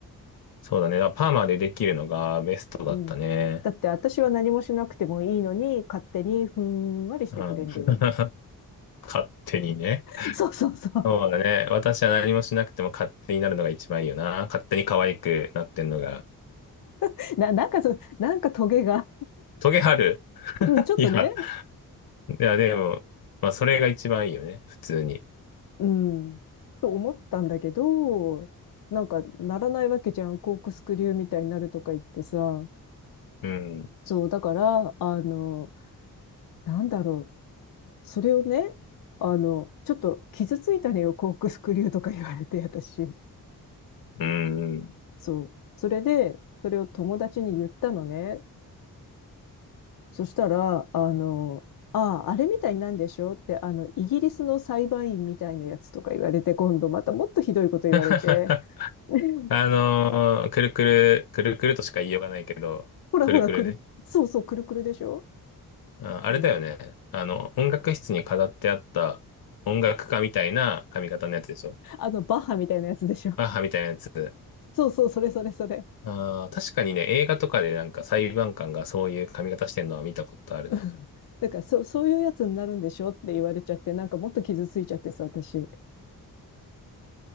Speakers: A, on the left; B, on the left.
A: そうだね。だからパーマでできるのがベストだったね。
B: うん。だって私は何もしなくてもいいのに、勝手にふんわりしてくれんだよ。
A: うん。<laughs> 勝手にね。
B: <laughs> そうそうそう。
A: そうだね。私は何もしなくても勝手になるのが一番いいよな。勝手に可愛くなってんのが。
B: <laughs> な、なんかそう、なんかトゲが、
A: トゲある <laughs>
B: うんちょっとね、
A: いや、いや、でも、まあ、それが一番いいよね。普通に。
B: うん、と思ったんだけど、なんかならないわけじゃん。コークスクリューみたいになるとか言ってさ。
A: うん。
B: そう、だから、あの、なんだろう。それをね、あの、ちょっと傷ついたのよ、コークスクリューとか言われて、私。
A: うん。
B: そう。それで、それを友達に言ったのね。そしたら、あの、ああ、あれみたいになんでしょうって、あの、イギリスの裁判員みたいなやつとか言われて、今度またもっとひどいこと言われて、
A: <laughs>
B: <laughs>
A: あのーくるくる、くるくるとしか言いようがないけど、
B: ほらほら、
A: くるくるね。
B: くる、そうそう、くるくるでしょ
A: あ、あれだよね。
B: うん
A: あの、音楽室に飾ってあった音楽家みたいな髪型のやつでしょ
B: あの、バッハみたいなやつでしょ
A: 母みたいなやつ。
B: そうそう、それそれそれ。
A: あー確かにね、映画とかでなんか裁判官がそういう髪型してるのは見たことあるな。
B: うんだから、そう、そういうやつになるんでしょって言われちゃって、なんかもっと傷ついちゃってさ、私。